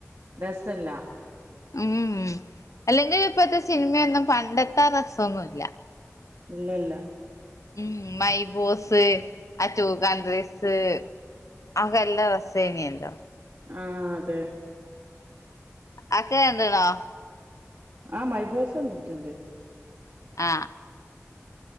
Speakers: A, on the right (about 55°); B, on the left (about 85°).
A: രസയില്ല
B: ഉം അല്ലെങ്കിൽ ഇപ്പഴത്തെ സിനിമ ഒന്നും പണ്ടത്തൊ രസം ഒന്നുയില്ല
A: ഇല്ല ഇല്ല
B: ഉം മൈ ബോസ് ആ ടു കൺട്രീസ് ആകെല്ലാ റസേനിയല്ലോ
A: ആഹ അതെ
B: അക്ക കണ്ട് ണോ
A: ആഹ മൈബോസ്‌ കണ്ടിട്ടുണ്ട്
B: ആ